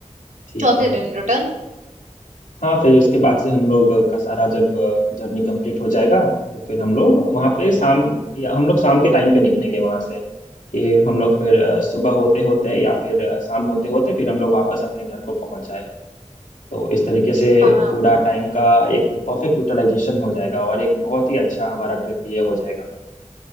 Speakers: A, on the left (about 80°); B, on the right (about 85°).
A: ठीक
B: चौथे
A: है
B: दिन रिटर्न
A: हाँ फिर उसके बाद से हम लोग का सारा जब जर्नी कंप्लीट हो जाएगा तो फिर हम लोग वहाँ पे शाम या हम लोग शाम के टाइम पे निकलेंगे वहाँ से कि हम लोग फिर अ, सुबह होते होते या फिर अ, शाम होते होते फिर हम लोग वापस अपने घर को पहुँच जाए तो इस तरीके से
B: हाँ
A: पूरा टाइम का एक परफेक्ट यूटिलाइजेशन हो जाएगा और एक बहुत ही अच्छा हमारा ट्रिप ये हो जाएगा